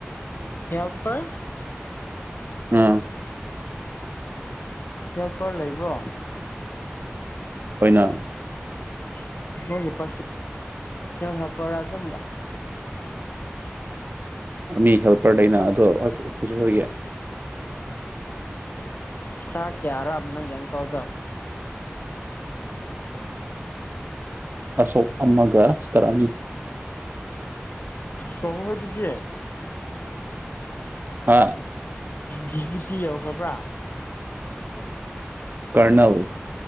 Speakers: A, on the left (about 50°); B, on the right (about 50°).
A: ꯍꯦꯜꯄꯔ
B: ꯎꯝ
A: ꯍꯦꯜꯄꯔ ꯂꯩꯕ꯭ꯔꯣ
B: <unintelligible>
A: <unintelligible> ꯍꯦꯜꯄꯔ ꯑꯗꯨ
B: ꯑꯥꯔꯃꯤ ꯍꯦꯜꯄꯔ ꯂꯩꯅ <unintelligible> ꯒꯤ
A: ꯁ꯭ꯇꯥꯔ ꯀꯌꯥꯔꯥ ꯅꯪꯒꯤ ꯑꯪꯀꯜꯗꯣ
B: ꯑꯁꯣꯛ ꯑꯃꯒ ꯁ꯭ꯇꯥꯔ ꯑꯅꯤ
A: ꯆꯥꯎ ꯋꯦꯍꯦ ꯑꯗꯨꯗꯤ
B: ꯍꯥꯥ
A: ꯗꯤꯖꯤ ꯄꯤ ꯌꯧꯈ꯭ꯔꯕ꯭ꯔꯥ
B: ꯀꯔꯅꯜ